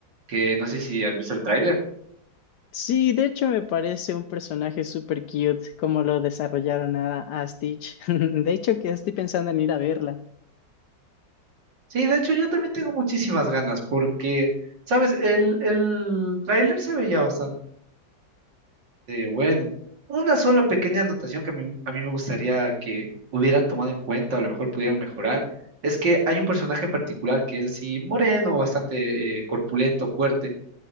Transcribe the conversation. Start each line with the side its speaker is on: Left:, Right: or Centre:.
Right: que no sé si has visto el tráiler.
Left: Sí, de hecho me parece un personaje súper cute como lo desarrollaron a, a Stitch. <laughs> De hecho, que estoy pensando en ir a verla.
Right: Sí, de hecho yo también tengo muchísimas ganas porque, sabes, el, el tráiler se veía bastante bueno. Una sola pequeña anotación que a mí, a mí me gustaría que hubieran tomado en cuenta o a lo mejor pudieran mejorar. Es que hay un personaje en particular que es así moreno, bastante eh, corpulento, fuerte,